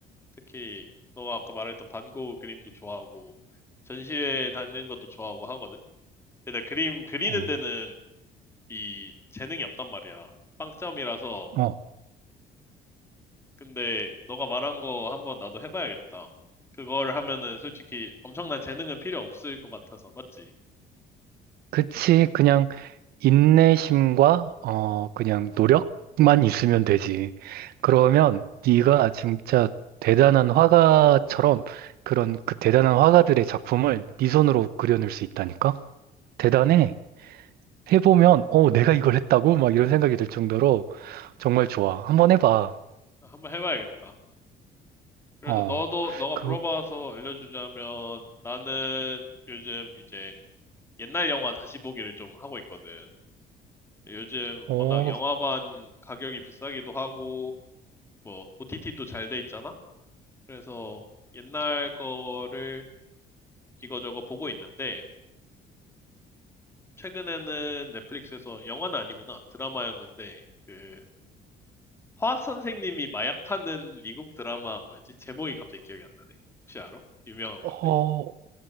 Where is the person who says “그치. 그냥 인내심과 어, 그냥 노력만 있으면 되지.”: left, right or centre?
Right